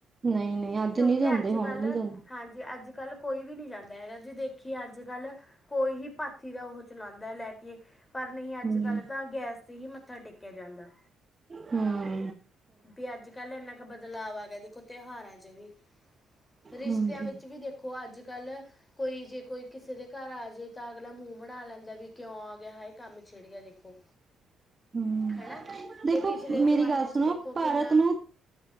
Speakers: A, on the right; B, on the left.
A: ਨਈ-ਨਈ ਅੱਜ
B: ਕਿਉਂਕਿ
A: ਨੀ ਜਾਂਦੇ
B: ਅੱਜ
A: ਹੁਣ
B: ਕੱਲ
A: ਨੀ ਜਾਂਦੇ।
B: ਹਾਂਜੀ, ਅੱਜ ਕੱਲ੍ਹ ਕੋਈ ਵੀ ਨਹੀਂ ਜਾਂਦਾ ਹੈਗਾ, ਜੀ ਦੇਖੀਏ ਅੱਜ ਕੱਲ ਕੋਈ ਹੀ ਪਾਥੀ ਦਾ ਉਹ ਚਲਾਉਂਦਾ ਲੈ ਕੇ ਪਰ ਨਹੀਂ ਅੱਜ
A: ਹੂੰ
B: ਕੱਲ ਤਾਂ ਗੈਸ ਤੇ ਹੀ ਮੱਥਾ ਟੇਕ ਕਿਆ ਜਾਂਦਾ।
A: ਹਮ।
B: ਵੀ ਅੱਜ ਕੱਲ ਇੰਨਾ ਕੁ ਬਦਲਾਵ ਆ ਗਿਆ। ਦੇਖੋ ਤਿਉਹਾਰਾਂ ਚ ਵੀ ਰਿਸ਼ਤਿਆਂ
A: ਹਾਂਜੀ।
B: ਵਿੱਚ ਵੀ ਦੇਖੋ ਦੇਖੋ, ਅੱਜ-ਕੱਲ੍ਹ ਕੋਈ ਜੇ ਕੋਈ ਕਿਸੇ ਦੇ ਘਰ ਆ ਜਾਵੇ। ਤਾਂ ਅਗਲਾ ਮੂੰਹ ਬਣਾ ਲੈਂਦਾ ਵੀ ਕਿਉਂ ਆ ਗਿਆ‌। ਹਾਏ ਕੰਮ ਛਿੜ ਗਿਆ। ਦੇਖੋ।
A: ਹੂੰ
B: ਹੈ। ਨਾ
A: ਦੇਖੋ
B: ਤੇ ਪਿਛਲੇ
A: ਮੇਰੀ
B: ਜ਼ਮਾਨਿਆ
A: ਗੱਲ
B: ਚ
A: ਸੁਣੋ
B: ਦੇਖੋ
A: ਭਾਰਤ
B: ਕਿੰਨਾ
A: ਨੂੰ